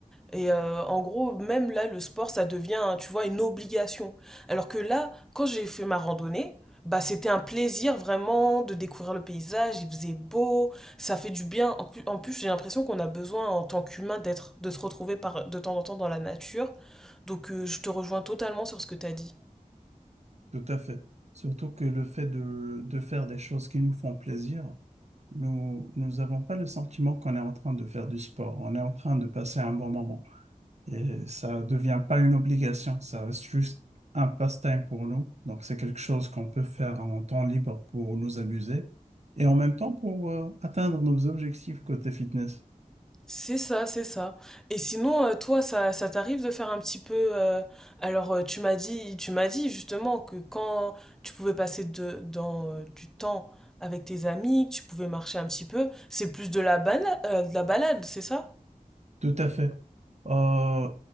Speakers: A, in the centre; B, on the right.
A: Et euh, en gros, même là, le sport, ça devient, tu vois, une obligation. Alors que là, quand j'ai fait ma randonnée, bah, c'était un plaisir vraiment de découvrir le paysage, il faisait beau, ça fait du bien. En plus, en plus, j'ai l'impression qu'on a besoin en tant qu'humain d'être, de se retrouver par, de temps en temps dans la nature. Donc, euh, je te rejoins totalement sur ce que tu as dit.
B: tout à fait. Surtout que le fait de, de faire des choses qui nous font plaisir, nous, nous n'avons pas le sentiment qu'on est en train de faire du sport, on est en train de passer un bon moment. Et ça ne devient pas une obligation, ça reste juste un passe-temps pour nous. Donc, c'est quelque chose qu'on peut faire en temps libre pour nous amuser et en même temps pour euh, atteindre nos objectifs côté fitness.
A: C'est ça, c'est ça. Et sinon, euh, toi, ça, ça t'arrive de faire un petit peu. euh, alors, euh, tu m'as dit, tu m'as dit justement que quand tu pouvais passer de, dans, euh, du temps avec tes amis, que tu pouvais marcher un petit peu, c'est plus de la bala- euh, de la balade, c'est ça?
B: Tout à fait. Euh,